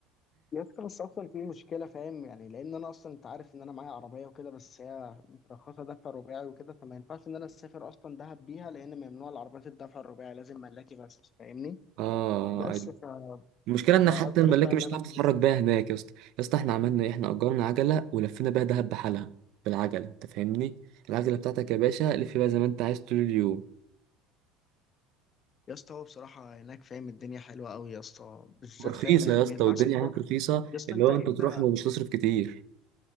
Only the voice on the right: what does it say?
<laughs> اه
المشكله ان
حتى الملاكي
مش
هتعرف
تتحرك بيها هناك يا اسطى يا اسطى احنا عملنا ايه احنا اجرنا عجله ولفينا بيها دهب بحالها بالعجله انت فاهمني العجله بتاعتك يا باشا لف بيها زي ما انت عايز طول اليوم
ورخيصه
يا اسطى
والدنيا
هناك رخيصه
اللي
هو
انت تروح ومش تصرف كتير